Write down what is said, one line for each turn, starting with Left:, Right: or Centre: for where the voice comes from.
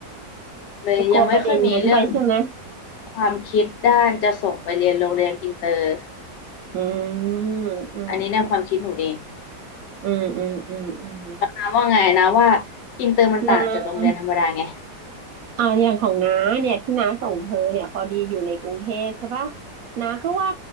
Left: เลยยังไม่ค่อยมีเรื่อง
Right: จะกลัวประเด็นนั้นไปใช่ไหม
Left: ความคิดด้านจะส่งไปเรียนโรงเรียนอินเตอร์
Right: อืมอืม
Left: อันนี้ในความคิดหนูเอง
Right: อืมอืมอืมอืมอืม
Left: นาว่าไงนะว่าอินเตอร์มันต่างจากโรงเรียนธรรมดาไง
Right: นะ อ่าอย่างของน้าเนี่ยที่น้าส่งเธอเนี่ยพอดีอยู่ในกรุงเทพใช่ปะน้าก็ว่า